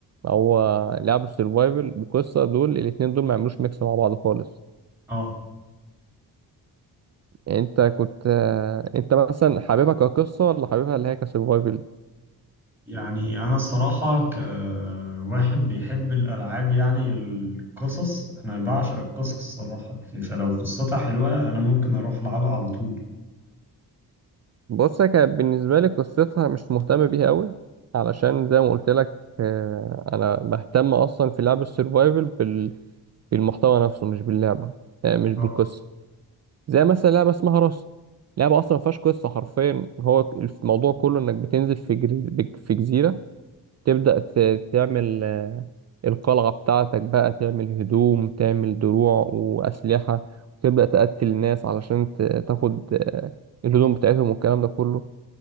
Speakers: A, on the right; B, in the centre.
A: هو لعب السرفايفل وقصة دول الاتنين دول ما يعملوش ميكس مع بعض خالص
B: اه
A: يعني انت كنت آه، انت مثلا حاببها كقصة ولا حاببها اللي هي كسرفايفل
B: يعني أنا الصراحة كواحد بيحب الألعاب يعني القصص أنا بعشق القصص الصراحة يعني فلو قصتها حلوة أنا ممكن أروح ألعبها على طول
A: بص هي كانت بالنسبة لي قصتها مش مهتم بيها قوي علشان زي ما قلت لك آه، انا بهتم اصلا في لعب السرفايفل بال- بالمحتوى نفسه مش باللعبة آه، مش بالقصة
B: اه
A: زي مثلا لعبه اسمها راست لعبه اصلا ما فيهاش قصه حرفيا هو الموضوع كله انك بتنزل في جر... في جزيره تبدا ت- تعمل آه، القلعه بتاعتك بقى تعمل هدوم تعمل دروع واسلحه وتبدا تقتل ناس علشان ت- تاخد آه، الهدوم بتاعتهم والكلام ده كله